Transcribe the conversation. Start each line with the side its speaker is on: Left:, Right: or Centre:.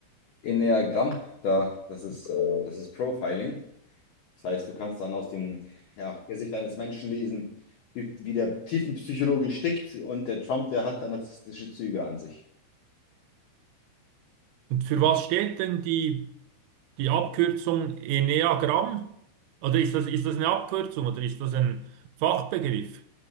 Left: Enneagramm, da, das ist, äh, das ist Profiling. Das heißt, du kannst dann aus dem ja, Gesicht eines Menschen lesen, wie, wie der Tiefenpsychologe tickt und der Trump, der hat da narzisstische Züge an sich.
Right: Und für was steht denn die, die Abkürzung Enneagramm? Oder ist das, ist das eine Abkürzung oder ist das ein Fachbegriff?